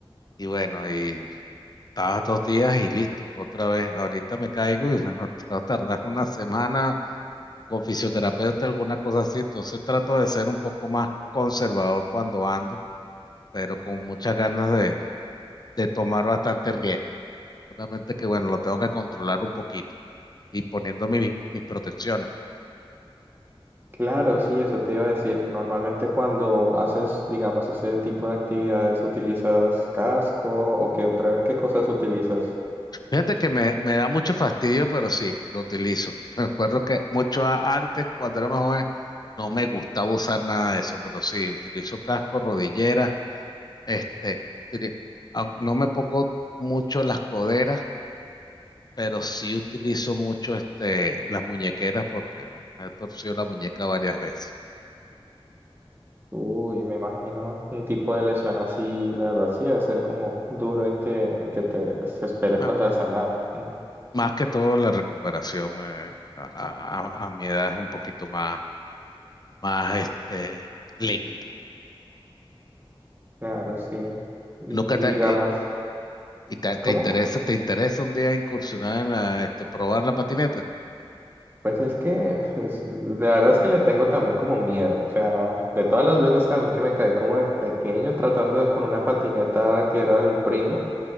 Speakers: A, on the left; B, on the right.
A: y bueno, y estabas dos días y listo, otra vez. Ahorita me caigo y <laughs> va a tardar una semana con fisioterapeuta, alguna cosa así. Entonces trato de ser un poco más conservador cuando ando, pero con muchas ganas de, de tomar bastante riesgo. Solamente que bueno, lo tengo que controlar un poquito y poniendo mis, mis protecciones.
B: Claro, sí, eso te iba a decir. Normalmente cuando haces, digamos, ese tipo de actividades, ¿utilizas casco o qué otra, qué cosas utilizas?
A: Fíjate que me, me da mucho fastidio, pero sí, lo utilizo. <laughs> Me acuerdo que mucho a- antes, cuando era más joven, no me gustaba usar nada de eso, pero sí, utilizo casco, rodillera, este, utili- aun- no me pongo mucho las coderas, pero sí utilizo mucho este, las muñequeras porque me he torcido la muñeca varias veces.
B: Uy, me imagino un tipo de lesión así, la verdad sí debe ser como duro en que, en que te se espere para
A: Ah,
B: sanar. Mm,
A: Más que todo la recuperación eh, a, a- a- a mi edad es un poquito más, más este, lenta.
B: Claro, sí. Y
A: Nunca te,
B: digamos,
A: eh, ¿Y te, te
B: ¿cómo?
A: interesa, te interesa un día incursionar en la, este, probar la patineta?
B: Pues es que <laughs> es- la verdad es que le tengo también como miedo. O sea, de todas las veces también que me caí como de pequeño tratando de- con una patineta que era de un primo,